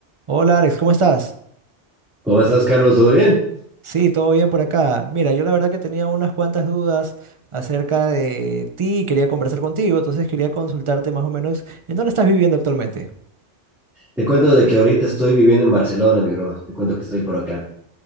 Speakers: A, on the right; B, in the centre.
A: Hola Alex, ¿cómo estás?
B: ¿Cómo estás, Carlos? ¿Todo bien?
A: Sí, todo bien por acá. Mira, yo la verdad que tenía unas cuantas dudas acerca de ti, y quería conversar contigo, entonces quería consultarte más o menos en dónde estás viviendo actualmente.
B: Te cuento de que ahorita estoy viviendo en Barcelona, mi bro. Te cuento que estoy por acá.